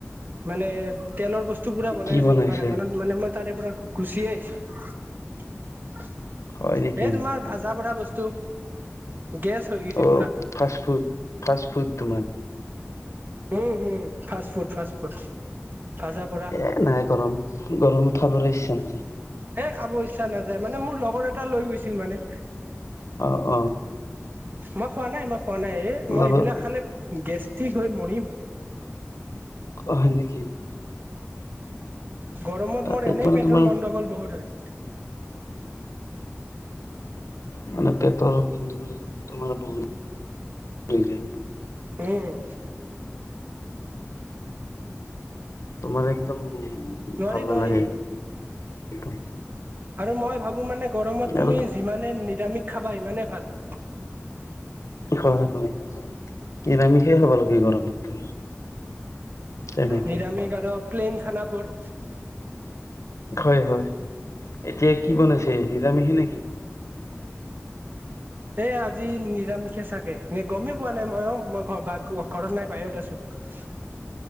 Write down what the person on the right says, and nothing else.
মানে তেলৰ বস্তু থুপুৰা বনাই
আছিল
দোকান এখনত মানে মই তাৰে পৰা গুচিয়ে আহিছো
এ তোমাৰ ভাজা বৰা বস্তু গেছ হৈ গৈছিল
পুৰা
উম উম ফাষ্ট ফুড ফাষ্ট ফুড ভাজা পৰা
হে খাব ইচ্ছা নাযায় মানে মোৰ লগৰ এটা লৈ গৈছিল মানে
মই খোৱা নাই মই খোৱা নাই এ মই
এইবিলাক খালে গেষ্টিক হৈ মৰিম
গৰমত
মোৰ এনেই
পেটৰ
গণ্ডগোল বহুত হয়
উম
নোৱাৰি
নোৱাৰি
আৰু মই ভাবো মানে গৰমত
তুমি
যিমানে নিৰামিষ খাবা সিমানে ভাল
নিৰামিষ আৰু প্লেইন খানাবোৰ
এ আজি নিৰামিষে চাগে নে গমেই পোৱা নাই মই অ মই ঘ ঘৰত নাই বাহিৰত আছো <unintelligible>